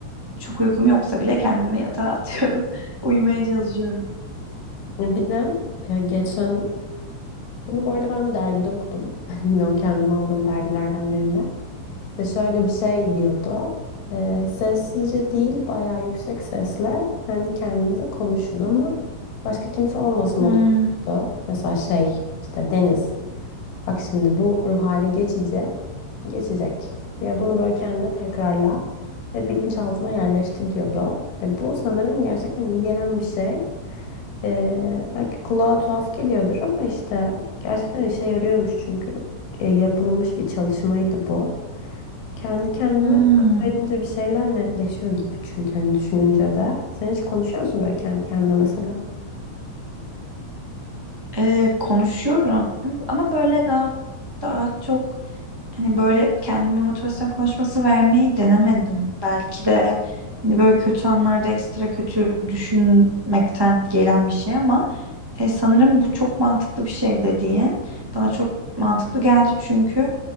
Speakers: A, on the right; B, on the left.
A: Çok uykum yoksa bile kendimi yatağa atıyorum. <laughs> Uyumaya çalışıyorum.
B: Ya Bir de e, geçen bunu bu arada ben bir dergide okudum. <laughs> Yine o kendime aldığım dergilerden birinde. İşte şöyle bir şey diyordu. Ee, sessizce değil, bayağı yüksek sesle kendi kendinize konuşun ama başka kimse olmasın
A: Hmm,
B: o da Mesela şey işte Deniz bak şimdi bu ruh hali geçici geçecek diye bunu böyle kendine tekrarla ve bilinçaltına yerleştir diyordu. Ya bu sanırım gerçekten iyi gelen bir şey. Ee, belki kulağa tuhaf geliyordur ama işte gerçekten işe yarıyormuş çünkü e, yapılmış bir çalışmaydı bu. Kendi kendime
A: hmm.
B: akıl verince bir şeyler netleşiyor gibi çünkü hani düşününce de. Sen hiç konuşuyor musun böyle kendi kendine mesela?
A: Ee, konuşuyorum ama böyle daha daha çok hani böyle kendime motivasyon konuşması vermeyi denemedim. Belki de hani böyle kötü anlarda ekstra kötü düşünmekten gelen bir şey ama e, sanırım bu çok mantıklı bir şey dediğin bana çok mantıklı geldi çünkü